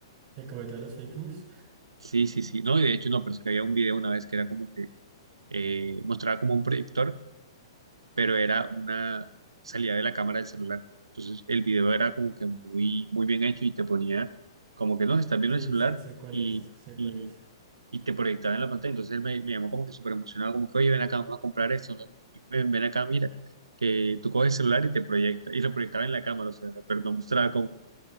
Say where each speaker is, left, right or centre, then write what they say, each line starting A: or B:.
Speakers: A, on the right (about 40°); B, on the right (about 80°).
A: ¿Te comento de las fake news?
B: Sí, sí, sí, no, y de hecho no, pero es que había un video una vez que era como que eh, mostraba como un proyector pero era una salida de la cámara del celular. Entonces el video era como que muy, muy bien hecho y te ponía como que no, estás viendo
A: Sí,
B: el celular
A: sí, sé cuál
B: y,
A: es, sé
B: y,
A: cuál es.
B: y te proyectaba en la pantalla. Entonces él me, me llamó como que súper emocionado, como que, oye, ven acá, vamos a comprar esto, ¿no? Ven, ven acá, mira, que tú coges el celular y te proyecta, y lo proyectaba en la cámara, o sea, pero no mostraba como